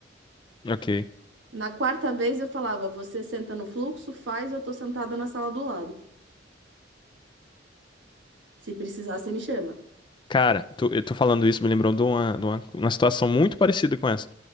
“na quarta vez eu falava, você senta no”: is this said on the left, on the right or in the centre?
Right